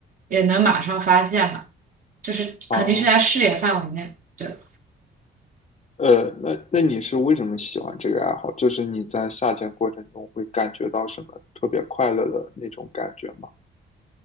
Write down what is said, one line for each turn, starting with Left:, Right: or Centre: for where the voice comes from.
Right: 也能马上发现吧。就是肯定是在视野范围内。
Left: 哦，
Right: 对，
Left: 呃，那那你是为什么喜欢这个爱好？就是你在下潜过程中会感觉到什么特别快乐的那种感觉吗？